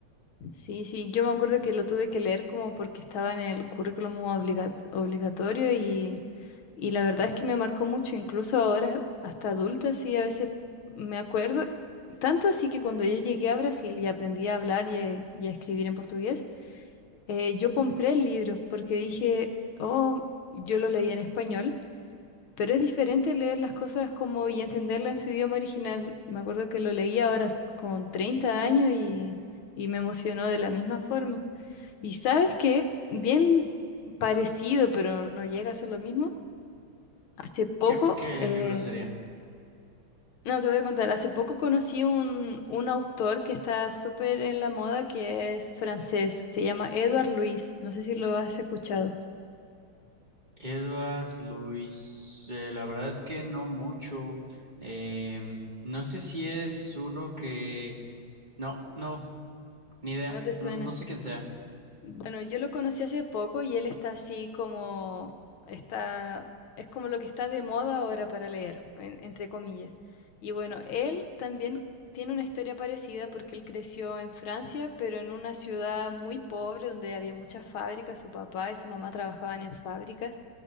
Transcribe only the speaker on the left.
Sí, sí, yo me acuerdo que lo tuve que leer como porque estaba en el currículum obliga- obligatorio y, y la verdad es que me marcó mucho, incluso ahora hasta adulta, sí, a veces me acuerdo, tanto así que cuando yo llegué a Brasil y aprendí a hablar y, a y a escribir en portugués, eh, yo compré el libro porque dije, oh, yo lo leí en español Pero es diferente leer las cosas como y entenderla en su idioma original. Me acuerdo que lo leí ahora con 30 años y, y me emocionó de la misma forma. Y sabes que bien parecido, pero no llega a ser lo mismo. Hace poco,
eh,
no te voy a contar, hace poco conocí un, un autor que está súper en la moda que es francés, se llama Edouard Louis. No sé si lo has escuchado.
¿No te suena?
Bueno, yo lo conocí hace poco y él está así como, está, es como lo que está de moda ahora para leer, en- entre comillas. Y bueno, él también tiene una historia parecida porque él creció en Francia, pero en una ciudad muy pobre donde había muchas fábricas, su papá y su mamá trabajaban en fábricas.